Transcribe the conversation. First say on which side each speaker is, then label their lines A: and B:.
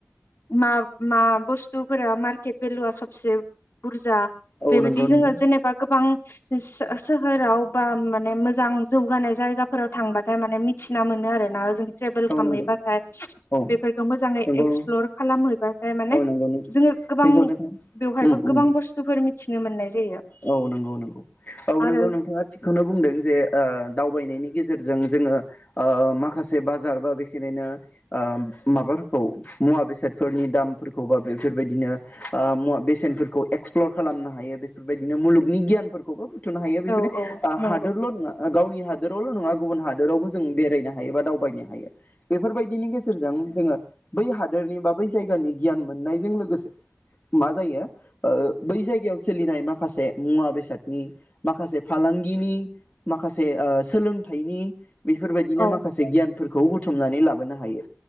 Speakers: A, on the left; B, on the left.
A: मा मा बुस्थुफोरा मार्केट भेलुआ सबसे बुरजा
B: औ
A: बेबायदि
B: नंगौ
A: जोङो
B: नोंथां।
A: जेनेबा गोबां सो ओ सोहोराव बा माने मोजां जौगानाय जायगाफोराव थांबाथाय माने मिथिना मोनो आरोना जों। ट्रेभेल
B: औ
A: खामहैबाथाय
B: नंगौ औ
A: बेफोरखौ मोजाङै
B: नंगौ
A: एक्सप्लर खालामहैबाथाय माने
B: औ नंगौ
A: जोङो गोबां
B: नंगौ नोंथां
A: बेवहायबो
B: उम
A: गोबां
B: उम
A: बुस्थुफोर मिथ मिथिनो मोननाय जायो।
B: औ नंगौ नंगौ औ
A: आरो
B: नंगौ नोंथाङा थिगखौनो बुंदों जे ओ दावबायनायनि गेजेर जेरजों जोङो ओ माखासे बाजार बा बेखिनिनो ओ माबाफोरखौ मुवा बेसादफोरनि दामफोरखौ बा बेफोरबायदिनो ओ मुवा बेसेनफोरखौ एक्सप्लर खालामनो हायो बे बेफोरबायदिनो मुलुगनि गियानफोरखौबो बुथुनो हायो बेफोरदि
A: औ औ
B: आ
A: नंगौ
B: हादोरल' नङा। आ गावनि हादोरावल' नङा। गुबुन हादोरावबो जों बेरायनो हायो बा दाव थगायनो हायो। बेफोरबायदिनि गेजेरजों जोङो बै हादोरनि बा बै जायगानि गियान मोननायजों लोगोसे मा जायो ओ बै जायगायाव सोलि माखासे मुवा बेसादनि माखासे फालांगिनि माखासे ओ सोलोंथाइनि बेफोरबायदिनो
A: औ
B: माखासे गियान फोरखौ बुथुमनानै लाबोनो हायो।